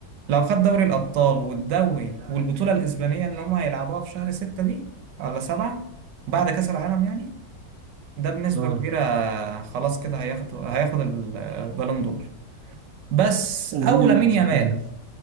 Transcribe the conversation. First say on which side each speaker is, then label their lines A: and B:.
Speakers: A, on the right; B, on the right.
A: لو خد دوري الابطال والدوري والبطوله الاسبانيه اللي هم هيلعبوها في شهر ستة دي ولا سبعة بعد كاس العالم يعني ده بنسبه
B: اه
A: كبيره خلاص كده هياخد هياخد البالون دور بس
B: ومين
A: او
B: المركز
A: لامين يامال
B: الثاني؟